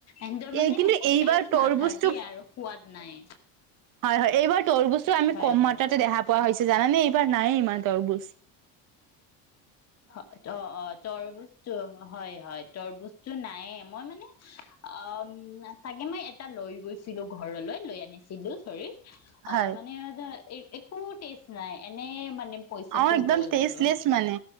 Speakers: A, on the left; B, on the right.
A: এহতৰ মানে
B: এই কিন্তু
A: একো
B: এইবাৰ
A: টেষ্ট
B: তৰবুজটো
A: নাথাকে আৰু সোৱাদ নাই।
B: হয় হয় এইবাৰ তৰবুজটো আমি
A: হয়
B: কম
A: হয়
B: মাত্ৰাতে দেখা পোৱা হৈছে। জাননে এইবাৰ নায়ে ইমান তৰবোছ।
A: <unintelligible> অ', অ', হয়-হয়। তৰবোছটো নায়ে মই মানে <unintelligible> চাগে মই এটা লৈ গৈছিলো ঘৰলৈ লৈ আনিছিলো চৰি অ,
B: হয়
A: মানে এইযে এই একো টেষ্ট নাই এনে মানে পইচাটো
B: অ, একদম
A: গ'ল
B: তেষ্টলেচ
A: হেনো
B: মানে।